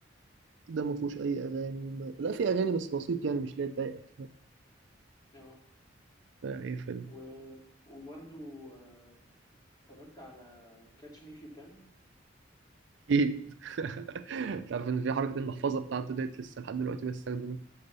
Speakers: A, on the right; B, on the left.
A: ده ما فيهوش اي اغاني ما... لا في اغاني بس بسيط يعني مش لا تضايقك
B: اه
A: اقفل
B: و... وبرضو آه، اتفرجت على كاتش مي فيو كان
A: اكيد <laughs> تعرف ان في حركه المحفظه بتاعته ديت لسه لحد دلوقتي بستخدمها